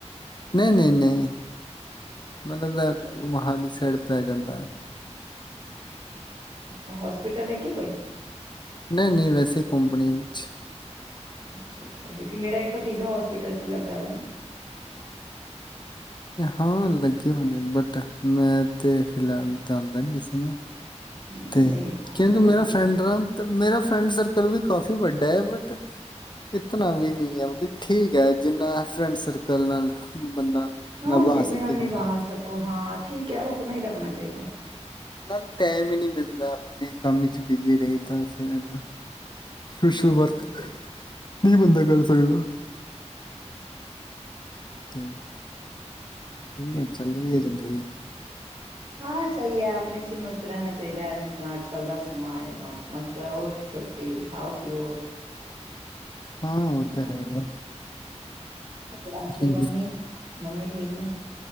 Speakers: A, on the left; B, on the right.
A: ਨਹੀਂ ਨਹੀਂ ਨਹੀਂ ਮੈਨੂੰ ਦਾ ਮੋਹਾਲੀ ਸਾਈਡ ਪੈ ਜਾਂਦਾ ਹੈ।
B: ਅੱਛਾ ਹੋਸਪਿਟਲ ਹੈ ਕੋਈ
A: ਨਹੀਂ ਨਹੀਂ ਵੈਸੇ ਕੰਪਨੀ ਵਿੱਚ
B: ਅੱਛਾ ਅੱਛਾ ਕਿਉਂਕਿ ਮੇਰਾ ਇੱਕ ਭਤੀਜਾ ਹੋਸਪਿਟਲ 'ਚ ਵੀ ਲੱਗਾ ਹੈ ਨਾ
A: ਹਾਂ ਲੱਗੇ ਹੋਣੇ ਬਟ ਮੈਂ ਤੇ ਫਿਲਹਾਲ ਜਾਂਦਾ ਨੀ ਕਿਸੇ ਨੂੰ
B: ਹਮ,
A: ਤੇ
B: ਨਹੀਂ
A: ਕਿਉਂਕਿ
B: ਸਾਡਾ
A: ਮੇਰਾ
B: ਭਤੀਜਾ
A: ਫਰੈਂਡ ਮੇਰਾ ਫਰੈਂਡ ਸਰਕਲ ਵੀ ਕਾਫੀ ਵੱਡਾ ਹੈ ਬ ਇਤਨਾ ਵੀ ਨੀ ਹੈ ਮਤਲਬ ਠੀਕ ਹੈ। ਜਿੰਨਾ ਫਰੈਂਡ ਸਰਕਲ ਨਾਲ ਬੰਦਾ
B: ਹਾਂ
A: ਨਿਭਾ
B: ਜਿਤਨੇ
A: ਸਕੇ
B: ਨਾਲ
A: ਉਹਨਾ
B: ਨਿਭਾ ਸਕੋ ਹਾਂ ਠੀਕ ਹੈ ਉਹ ਤਾਂ ਨਾਲ ਹੀ ਰੱਖਣਾ ਚਾਹੀਦਾ।
A: ਨਾਲ ਟਾਈਮ ਨਹੀਂ ਮਿਲਦਾ ਆਪਣੇ ਕੰਮ ਚ ਬਿਜੀ ਰਹੀ ਤਾਂ ਫਿਰਨ ਈਨਾ
B: ਹਾਂ
A: ਸੋਸ਼ਲ ਵਰਕ
B: ਸਹੀ ਹੈ,
A: ਨਹੀਂ ਬੰਦਾ ਕਰ ਸਕਦਾ ਤੇ ਠੀਕ ਆ
B: ਹਾਂਜੀ
A: ਚੱਲ ਰਹੀ ਹੈ ਜ਼ਿੰਦਗੀ
B: ਹਾਂ ਸਹੀ ਹੈ ਆਪਣੇ ' ਹੀ ਮਸਤ ਰਹਿਣਾ ਚਾਹੀਦਾ ਹੈ ਜਿਸ ਤਰ੍ਹਾਂ ਅੱਜ ਕੱਲ੍ਹ ਦਾ ਸਮਾਂ ਹੈ ਮਸਤ ਮਸਤ ਰਹੋ ਛੁੱਟੀ ਖਾਓ ਪੀਓ
A: ਹਾਂ
B: ਆਪਣਾ
A: ਉਹ ਤਾਂ ਹੈਗਾ।
B: ਹੋਰ ਆਪਦੇ
A: ਠ
B: ਮੰਮੀ ਮੰਮੀ ਠੀਕ ਨੇ